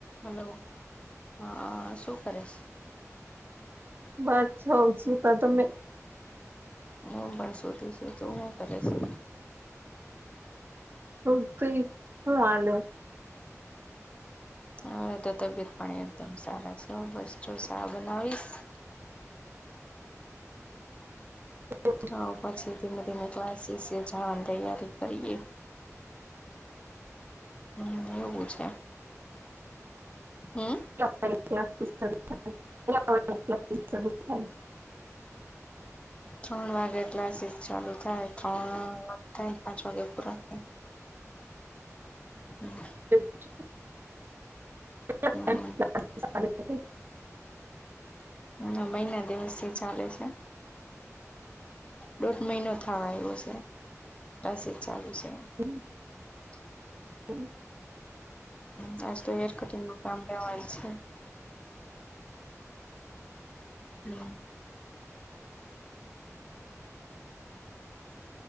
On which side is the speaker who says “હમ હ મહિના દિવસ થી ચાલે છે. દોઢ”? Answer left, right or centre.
Left